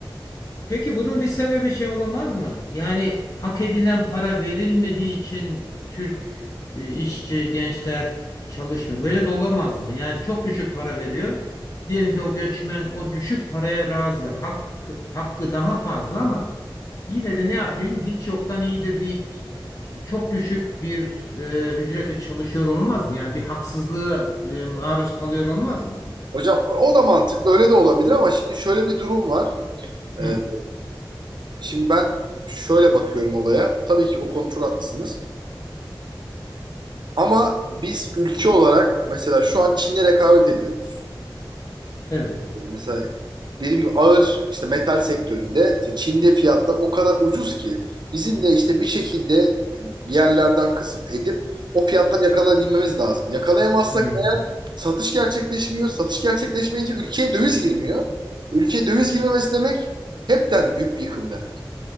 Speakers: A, on the left; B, on the right.
A: Peki bunun bir sebebi şey olamaz mı? Yani hak edilen para verilmediği için Türk e, işçi, gençler çalışmıyor. Böyle de olamaz mı? Yani çok düşük para veriyor. Diyelim ki o göçmen o düşük paraya razı. Hakkı, hakkı daha fazla ama yine de ne yapayım? Hiç yoktan iyidir deyip çok düşük bir e, ücrete çalışıyor olmaz mı? Yani bir haksızlığa e, maruz kalıyor olmaz mı?
B: Hocam o da mantıklı öyle de olabilir ama şimdi şöyle bir durum var.
A: Hı,
B: E, şimdi ben şöyle bakıyorum olaya. Tabii ki o konu çok haklısınız. Ama biz ülke olarak mesela şu an Çin'le rekabet ediyoruz.
A: evet.
B: Mesela dediğim gibi ağır işte metal sektöründe işte Çin'de fiyatlar o kadar ucuz ki bizim de işte bir şekilde bir yerlerden kısıp edip o fiyatları yakalayabilmemiz lazım. Yakalayamazsak
A: Hmm.
B: eğer satış gerçekleşmiyor. Satış gerçekleşmeyince ülkeye döviz girmiyor. Ülkeye döviz girmemesi demek hepten büyük bir yıkım demek.